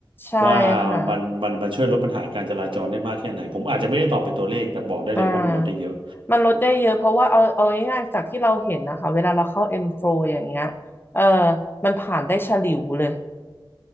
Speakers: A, on the left (about 25°); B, on the right (about 75°).
A: ใช่ค่ะ
B: ว่ามันมันมันช่วยลดปัญหาการจราจรได้มากแค่ไหนผมอาจจะไม่ได้ตอบเป็นตัวเลขแต่บอกได้เลยว่ามันลดได้เยอะ
A: อ่ามันลดได้เยอะเพราะว่าเอาเอาง่ายๆจากที่เราเห็นนะคะเวลาเราเข้า M4 อมโฟร์อย่างเงี้ยเออมันผ่านได้ฉลิวเลย